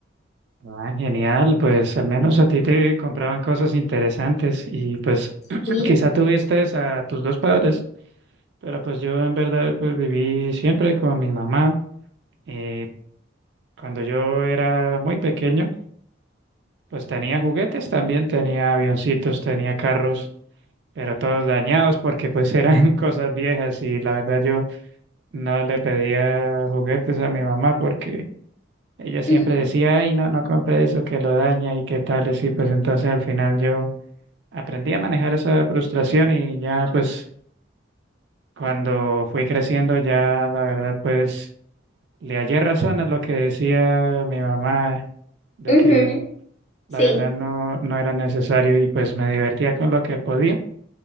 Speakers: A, on the right; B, on the left.
A: Ah, genial. Pues al menos a ti te compraban cosas interesantes y pues
B: Sí.
A: <clears throat> quizá tuviste a tus dos padres, pero pues yo en verdad pues viví siempre con mi mamá. Y cuando yo era muy pequeño, pues tenía juguetes también, tenía avioncitos, tenía carros, pero todos dañados porque pues eran <laughs> cosas viejas y la verdad yo... No le pedía juguetes a mi mamá porque ella siempre
B: Ujú,
A: decía, ay, no, no compre eso, que lo daña y qué tal. Y pues entonces al final yo aprendí a manejar esa frustración y ya pues cuando fui creciendo ya la verdad pues le hallé razón a lo que decía mi mamá de
B: ujú,
A: que
B: Sí.
A: la verdad no, no era necesario y pues me divertía con lo que podía.